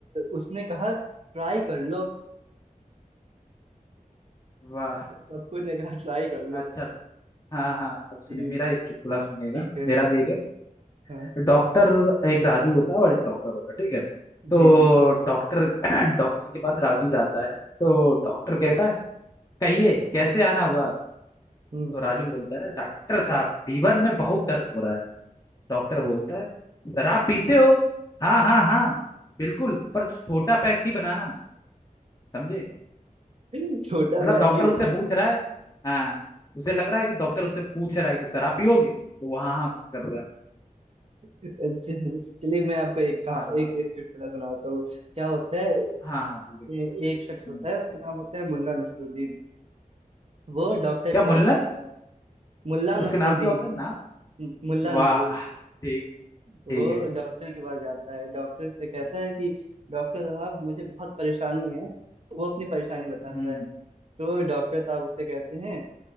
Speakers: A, on the right; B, on the left.
A: उसने कहा ट्राई कर लो
B: वाह
A: पप्पू ने कहा ट्राई कर लो
B: अच्छा हाँ हाँ अब सुनिए
A: जी
B: मेरा एक चुटकुला सुनिएगा
A: ठीक है
B: मेरा भी एक है
A: हाँ
B: डॉक्टर एक राजू होता है और एक डॉक्टर होता है ठीक है
A: जी
B: तो
A: जी
B: डॉक्टर <clears throat> डॉक्टर के पास राजू जाता है तो डॉक्टर कहता है कहिए कैसे आना हुआ
A: हम्म
B: तो राजू बोलता है डॉक्टर साहब लीवर में बहुत दर्द हो रहा है डॉक्टर बोलता है शराब पीते हो हाँ हाँ हाँ बिल्कुल पर छोटा पैक ही बनाना समझे
A: हम्म। छोटा
B: मतलब
A: बैग
B: डॉक्टर
A: ही
B: उससे
A: बना
B: पूछ रहा है हाँ उसे लग रहा है कि डॉक्टर उससे पूछ रहा है कि शराब पियोगे तो वो हाँ हाँ कर रहा है
A: अच्छा चलिए मैं आपको एक कहा
B: हाँ हाँ
A: एक, एक चुटकुला सुनाता हूँ क्या होता है
B: हाँ हाँ, बिल्कुल
A: ए- एक शख्स
B: हम्म
A: होता है उसका नाम होता है मुल्ला नसरुद्दीन वो डॉक्टर
B: क्या
A: के
B: मुल्लन
A: पास जाता है मुल्ला
B: उसके
A: नसरुद्दीन
B: नाम क्या होता है नाम
A: मुल्ला
B: वाह
A: नसरुद्दीन
B: ठीक
A: वो
B: ठीक है
A: डॉक्टर के पास जाता है डॉक्टर से कहता है कि डॉक्टर साहब मुझे बहुत परेशानी है वो अपनी परेशानी बताता
B: हम्म
A: है तो डॉक्टर साहब उससे कहते हैं